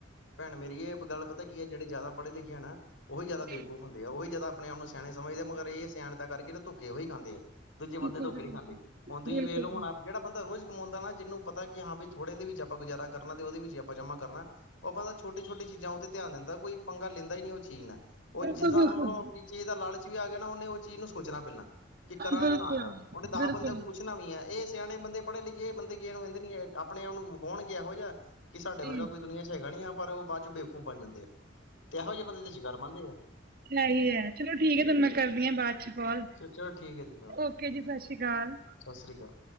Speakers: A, on the left; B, on the right.
A: ਭੈਣ ਮੇਰੀਏ ਇਕ ਗੱਲ ਪਤਾ ਕੀ ਹੈ, ਜਿਹੜੇ ਜ਼ਿਆਦਾ ਪੜ੍ਹੇ ਲਿਖੇ ਆ ਨਾ। ਉਹੀ ਜ਼ਿਆਦਾ
B: ਜੀ
A: ਬੇਵਕੂਫ ਹੁੰਦੇ ਆ, ਉਹੀ ਜਿਆਦਾ ਆਪਣੇ ਆਪ ਨੂੰ ਸਿਆਣੇ ਸਮਝਦੇ ਆ ਮਗਰ ਇਹ ਸਿਆਣਤਾਂ ਕਰਕੇ ਧੋਖੇ ਉਹੀ ਖਾਂਦੇ ਆ। ਦੂਜੇ
B: ਬਿਲਕੁਲ
A: ਬੰਦੇ ਧੋਖੇ
B: ਜੀ
A: ਨਹੀਂ ਖਾਂਦੇ ਹੁਣ ਤੁਸੀਂ
B: ਬਿਲਕੁਲ
A: ਵੇਖ ਲ
B: ਬਿਲਕੁਲ
A: ਹੁਣ। ਜਿਹੜਾ ਬੰਦਾ ਰੋਜ਼ ਕਮਾਉਦਾ ਨਾ ਜਿਹਨੂੰ ਪਤਾ ਕਿ ਹਾਂ ਵੀ ਥੋੜ੍ਹੇ ਦੇ ਵਿੱਚ ਆਪਾਂ ਗੁਜਾਰਾ ਕਰਨਾ। ਉਹਦੇ ਵਿੱਚ ਆਪਾਂ ਜਮਾਂ ਕਰਨਾ ਉਹ ਬੰਦਾ ਛੋਟੀ ਛੋਟੀ ਚੀਜ਼ਾਂ ਉੱਤੇ ਧਿਆਨ ਦਿੰਦਾ ਕੋਈ ਪੰਗਾ ਲੈਂਦਾ ਹੀ ਨੀ ਉਹ ਚੀਜ਼ ਨਾਲ। ਉਹ
B: ਬਿਲਕੁਲ
A: ਜਿੱਦਾਂ
B: ਬਿਲਕੁਲ
A: ਸਮਝ ਲਓ ਕਿਸੇ ਚੀਜ਼ ਦਾ ਲਾਲਚ ਵੀ ਆ ਗਿਆ ਨਾ ਉਹਨੇ ਉਹ ਚੀਜ਼ ਨੂੰ ਸੋਚਣਾ ਪਹਿਲਾਂ। ਕਿ ਕਰਾਂ
B: ਬਿਲਕੁਲ
A: ਜਾਂ ਨਾ ਕਰਾਂ ਉਹਨੇ ਦਸ
B: ਬਿਲਕੁਲ
A: ਬੰਦਿਆਂ ਕੋ ਪੁੱਛ। ਪੁਛਣਾ ਵੀ ਆ ਇਹ ਸਿਆਣੇ ਬੰਦੇ ਪੜ੍ਹੇ ਲਿਖੇ ਇਹ ਬੰਦੇ ਕਿਸੇ ਨੂੰ ਕਹਿੰਦੇ ਨੀ ਆਪਣੇ ਆਪ ਨੂੰ ਵਿਖਾਉਣ ਗੇ ਇਹੋ ਜਿਹਾ। ਕਿ
B: ਜੀ
A: ਸਾਡੇ ਵਰਗਾ ਕੋਈ ਦੁਨੀਆਂ ਚ ਹੈਗਾ ਨੀ ਆ ਪਰ ਉਹ ਬਾਅਦ ਚ ਬੇਵਕੂਫ ਬਣ ਜਾਂਦੇ ਆ। ਤੇ ਇਹੋ ਜਿਹੇ ਬੰਦੇ ਤੇ ਸ਼ਿਕਾਰ ਬਣਦੇ ਆ।
B: ਇਹੀ ਹੈ, ਚਲੋ ਠੀਕ ਹੈ ਤੁਹਾਨੂੰ ਮੈਂ ਕਰਦੀ ਹਾਂ ਬਾਅਦ ਚ ਕੋਲ
A: ਚਲੋ ਠੀਕ ਹੈ ਦੀਦੀ
B: ਓਕੇ ਜੀ, ਸਤਿ ਸ਼੍ਰੀ ਅਕਾਲ।
A: ਸਤਿ ਸ਼੍ਰੀ ਅਕਾਲ।